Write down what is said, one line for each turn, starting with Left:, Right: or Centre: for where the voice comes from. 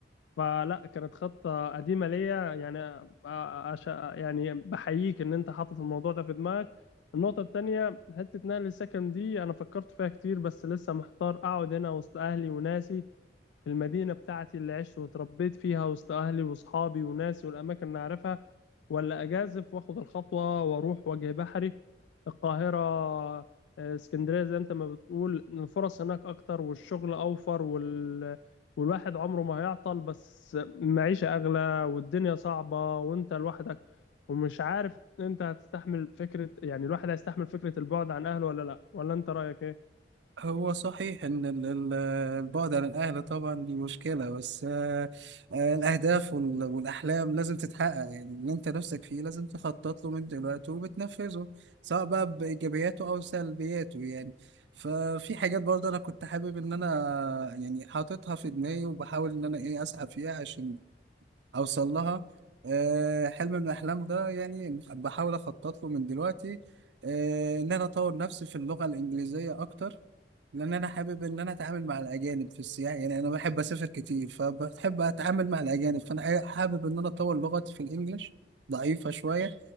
Left: فلا كانت خطة قديمة ليا يعني آه، عش... يعني بحييك إن أنت حاطط الموضوع ده في دماغك النقطة التانية حتة نقل السكن دي أنا فكرت فيها كتير بس لسه محتار أقعد هنا وسط أهلي وناسي في المدينة بتاعتي اللي عشت واتربيت فيها وسط أهلي وأصحابي وناسي والأماكن اللي أعرفها ولا أجازف وآخد الخطوة وأروح وجه بحري القاهرة آه، اسكندرية زي أنت ما بتقول إن الفرص هناك أكتر والشغل أوفر وال... والواحد عمره ما هيعطل بس المعيشة أغلى والدنيا صعبة وأنت لوحدك ومش عارف أنت هتستحمل فكرة يعني الواحد هيستحمل فكرة البعد عن أهله ولا لأ ولا أنت رأيك إيه؟
Right: هو صحيح ان ال- ال- البعد عن الاهل طبعا دي مشكله بس آه، آه، الاهداف وال- والاحلام لازم تتحقق يعني اللي انت نفسك فيه لازم تخطط له من دلوقتي وبتنفذه سواء بقى بايجابياته او سلبياته يعني ففي حاجات برضه انا كنت حابب ان انا يعني حاططها في دماغي وبحاول ان انا ايه اسعى فيها عشان اوصل لها آه، حلم من الاحلام ده يعني بحاول اخطط له من دلوقتي آه، ان انا اطور نفسي في اللغه الانجليزيه اكتر لان انا حابب ان انا اتعامل مع الاجانب في السياحه يعني انا بحب اسافر كتير فبحب اتعامل مع الاجانب فانا حي- حابب ان انا اطور لغتي في الانجليش ضعيفه شويه